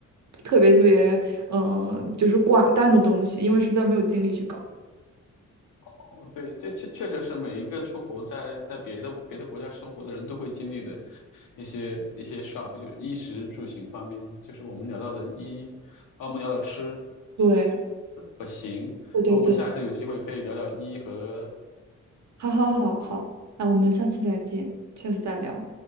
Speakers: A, on the right; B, on the left.
A: 特别特别，嗯、就是寡淡的东西，因为实在没有精力去搞。
B: 哦，对，这确确实是每一个出国在在别的别的国家生活的人都会经历的一些一些 shock，就是衣食住行方面，就是我们聊到的衣，然后我们聊到吃
A: 对，
B: 和行，
A: 对对对，
B: 然后我们下一次有机会可以聊聊衣和
A: 好好好好，那我们下次再见，下次再聊。